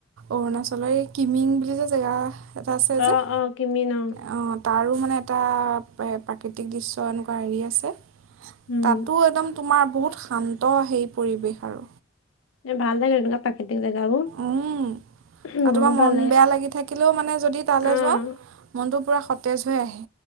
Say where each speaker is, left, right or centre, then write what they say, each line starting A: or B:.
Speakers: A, on the right; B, on the left.
A: অৰুণাচলৰ এই কিমিং বুলি যে জেগা এটা আছে
B: অ',
A: যে।
B: অ' কিমি নাও
A: অ' তাৰো মানে এটা প্ৰাকৃতিক দৃশ্য এনেকুৱা হেৰি আছে।
B: উম,
A: তাতো একদম তোমাৰ বহুত শান্ত সেই পৰিৱেশ আৰু।
B: এ ভাল লাগে সেইবিলাক প্ৰাকৃতিক জেগাবোৰ
A: উম।
B: বহুত
A: আৰু তোমাৰ মন
B: ভাল লাগে।
A: বেয়া লাগি থাকিলেও মানে যদি তালৈ
B: অ',
A: যোৱা মনটো পূৰা সতেজ হৈ আহে।